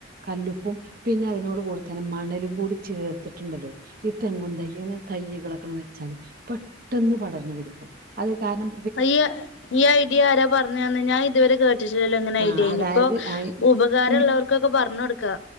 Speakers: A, on the right (about 50°); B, on the left (about 65°).
A: കല്ലുപ്പും പിന്നെ അതിനോട് കൂടെത്തന്നെ മണലും കൂടി ചേർത്ത് ചേർത്ത്ട്ട്ണ്ടല്ലോ ഈ തെങ്ങു തെയ് അങ്ങനെ തെയ്കളൊക്കണ് വെച്ചാല് പെട്ടെന്ന് പടർന്ന്പിടിക്കും അതേയ് കാര്നം
B: ഈഹ് ഈ ഐഡിയ ആരാ പറഞ്ഞന്ന് ഞാൻ ഇതുവരെ കേട്ടിട്ടില്ലല്ലോങ്ങന
A: ആ
B: ഐഡിയ
A: അതായത്
B: ഇനിയിപ്പോ
A: ആ
B: ഉപകാരള്ളവർക്കൊക്കെ
A: ഇനി
B: പറ്ഞ് കൊട്ക്കാ